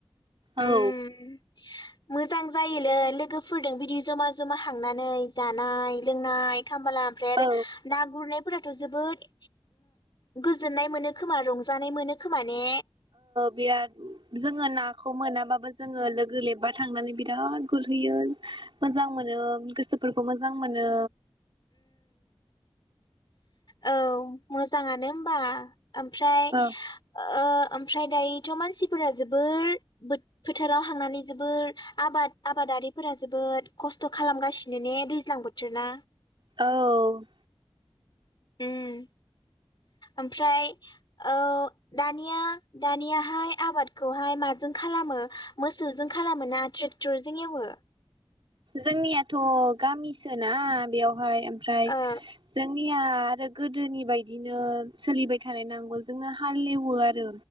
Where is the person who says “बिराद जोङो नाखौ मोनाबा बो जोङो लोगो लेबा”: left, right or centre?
Right